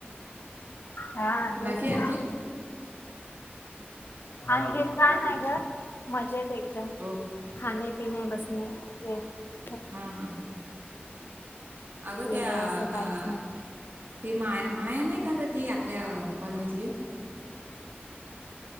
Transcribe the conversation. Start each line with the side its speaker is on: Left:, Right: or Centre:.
Left: हा बस
Right: बाकी आणखी?
Left: ना आणखीन काय नाही ग मजेत हे दम
Right: हो.
Left: खाणे पिने बसणे <unintelligible>
Right: हा हा ह आग
Left: वेगळं
Right: त्या
Left: असं
Right: अ
Left: काहीच नाही
Right: <unintelligible> त मा माया नाही का ग ती आपल्या कॉलनीतली?